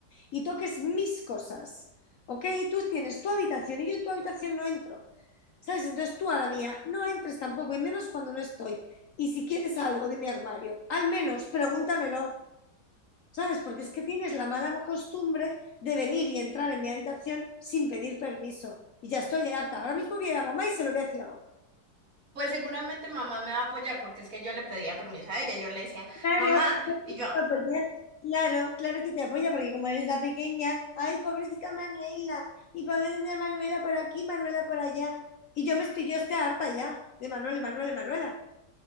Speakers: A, on the left; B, on the right.
A: y toques mis cosas, ¿ok? Y tú tienes tu habitación y yo en tu habitación no entro, ¿sabes? Entonces tú a la mía no entres tampoco, y menos cuando no estoy. Y si quieres algo de mi armario, al menos pregúntamelo, ¿sabes? Porque es que tienes la mala costumbre de venir y entrar en mi habitación sin pedir permiso. Y ya estoy harta. Ahora mismo viene a ir a mamá y se lo voy a decir a mamá.
B: Pues seguramente mamá me va a apoyar porque es que yo le pedía permiso a ella, yo le decía,
A: Claro,
B: mamá,
A: claro
B: y
A: que
B: yo,
A: te apoya, claro, claro que te apoya, porque como eres la pequeña, ay, pobrecita Manuela, y pobrecita Manuela por aquí, Manuela por allá. Y yo me estoy, yo estoy harta ya de Manuela, y Manuela, y Manuela.